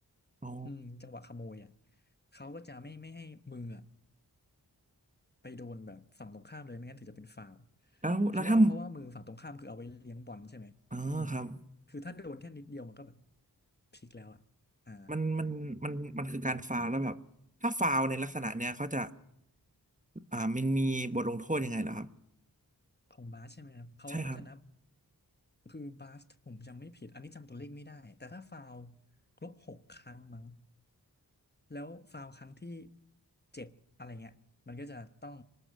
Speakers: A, on the right (about 20°); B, on the left (about 25°).
A: อ๋อ
B: อืมจังหวะขโมยอ่ะเขาก็จะไม่ไม่ให้มืออะ ไปโดนแบบฝั่งตรงข้ามเลยไม่งั้นถือจะเป็นฟาวล์
A: แล้วแล้วถ้า
B: เพราะว่าเพราะว่ามือฝั่งตรงข้ามคือเอาไว้เลี้ยงบอลใช่ไหมอืม
A: เออครับ
B: คือถ้าโดนแค่นิดเดียวมันก็แบบพลิกแล้วอ่ะอ่า
A: มันมันมันมันคือการฟาวล์แล้วแบบถ้าฟาวล์ในลักษณะเนี้ยเขาจะอ่ามันมีบทลงโทษยังไงเหรอครับ
B: ของบาสใช่ไหมครับเขาก็จะนับ
A: ใช่ครับ
B: คือบาสผมจำไม่ผิดอันนี้จำตัวเลขไม่ได้แต่ถ้าฟาวล์ครบหกครั้งมั้งแล้วฟาวล์ครั้งที่เจ็ดอะไรเงี้ยมันก็จะต้อง